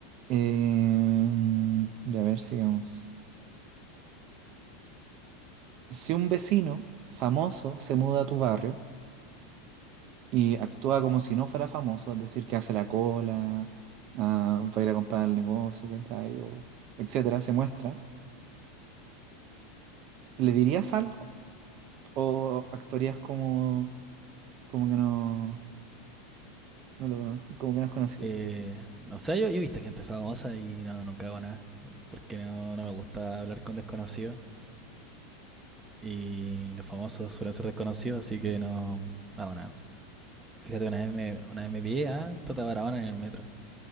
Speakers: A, on the right; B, on the right.
A: Eh, ya a ver, sigamos. Si un vecino famoso se muda a tu barrio y actúa como si no fuera famoso, es decir, que hace la cola ah, para ir a comprar al negocio, ¿cachai? O etcétera, se muestra, ¿le dirías algo o actuarías como, como que no? No lo conozco, como que no es conocido.
B: Eh, no sé, yo, yo he visto gente famosa y no, nunca hago nada. Porque no, no me gusta hablar con desconocidos. Y los famosos suelen ser desconocidos, así que no no hago nada. Fíjate, una vez me, una vez me pillé a Tata Barahona en el metro.